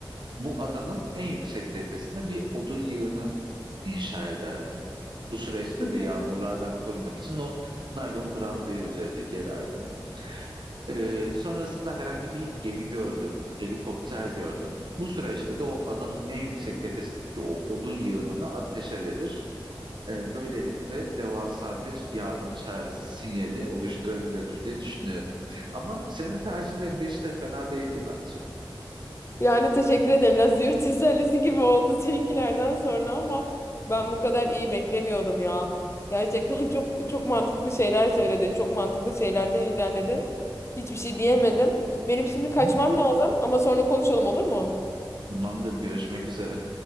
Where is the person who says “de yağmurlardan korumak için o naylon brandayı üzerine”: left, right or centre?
Right